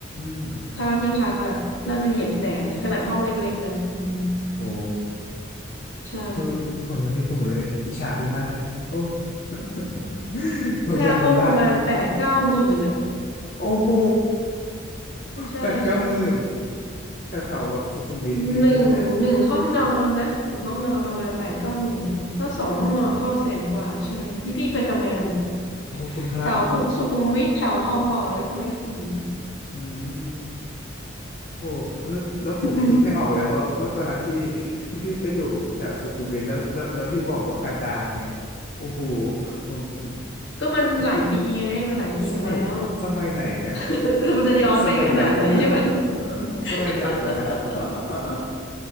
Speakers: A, on the left; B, on the left.
A: ม
B: ค่าที่พักอะน่าจะเหยียบแสนขนาดห้องเล็กๆนะอืม
A: โอ้
B: ใช่
A: คือผมตอนนี้ผมเลยอิจฉาพี่มากเลยโอ้ <laughs> ผมอยากมีบ้าน
B: ค่าห้องประมาณแปดเก้าหมื่นอะ
A: โอ้โห
B: ใช่ใช่
A: แปดเก้าหมื่นแถวแถวแบบสุขุมวิทนี่ใช่ไหมฮะ
B: หนึ่งหนึ่งห้องนอนนะหนึ่งห้องนอนประมาณแปดเก้าหมื่นถ้าสองห้องนอนก็แสนกว่าใช่ที่พี่เคยทำงานอะ
A: โอ้โหคุณพระ
B: แถวทุสุขุมวิทแถวทองหล่ออะไรพวกเนี้ยอืม
A: อืมโอ้แล้วแล้วผมคิดไม่ออกแล้วว่าว่าตอนนั้นที่
B: อืม
A: <laughs> ที่พี่ไปอยู่แถวสุขุมวิทแล้วแล้วแล้วพี่บอกว่ากันดารเงี้ยโอ้โหผมผม
B: ก็มันหลายปีไงมันหลายปีมาแล้ว
A: ก็คือสมัยสมัยไหนนะ
B: <laughs> มันจะย้อนไปขนาดไหนใช่ไหม
A: <laughs> สมัยไหนกันนะ <laughs>
B: <laughs>
A: สมัยไหนกันนะ <laughs>